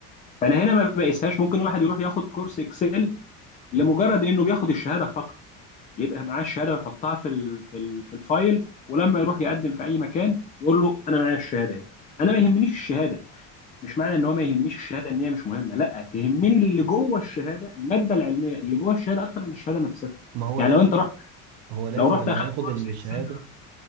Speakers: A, on the left; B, on the right.
A: فانا هنا ما بقيسهاش ممكن واحد يروح ياخد كورس اكسل لمجرد انه بياخد الشهاده فقط يبقى معاه الشهاده ويحطها في ال في ال في الفايل ولما يروح يقدم في اي مكان يقول له انا معايا الشهاده اهي انا ما يهمنيش الشهاده مش معنى ان هو ما يهمنيش الشهاده ان هي مش مهمه لا تهمني اللي جوه الشهاده الماده العلميه اللي جوه الشهاده اكتر من الشهاده نفسها
B: ما هو
A: يعني
B: لازم
A: لو انت
B: هو لازم
A: لو رحت
B: لما
A: اخدت
B: ياخد
A: كورس
B: الشهادة
A: اكسل مثلا،